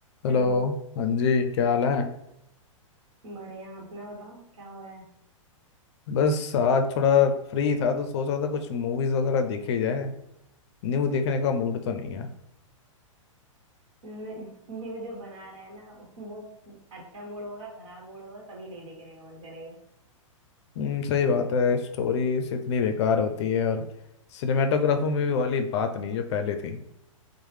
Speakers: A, on the left; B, on the right.
A: Hello
B: Hello
A: हाँ जी क्या हाल है
B: बढ़िया अपना बताओ क्या हो रहा है
A: बस आज थोड़ा फ्री था तो सोच रहा था कुछ मूवीज वगैरह देखी जाए न्यू देखने का मूड तो नहीं है
B: न- ये जो बना रहा है ना वो अच्छा मूड होगा खराब मूड होगा कभी नहीं देखने का मन करेगा
A: हम्म, सही बात है स्टोरीज इतनी बेकार होती है और सिनेमेटोग्राफी में भी वाली बात नहीं जो पहले थी